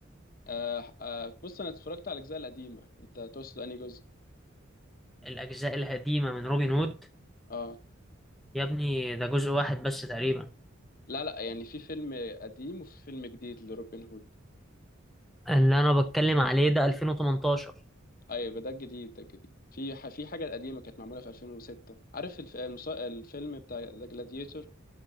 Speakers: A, on the left; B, in the centre.
A: أه أه بص انا اتفرجت على الاجزاء القديمه انت تقصد انهي جزء
B: الاجزاء القديمة من روبن هود
A: اه
B: يا ابني ده جزء واحد بس تقريبا
A: لا لا يعني في فيلم قديم وفي فيلم جديد لروبن هود
B: اللي انا بتكلم عليه ده 2018
A: ايوه ده الجديد ده الجديد في ح- في حاجه قديمه كانت معموله في 2006 عارف الف... المس... الفيلم بتاع ذا جلاديتور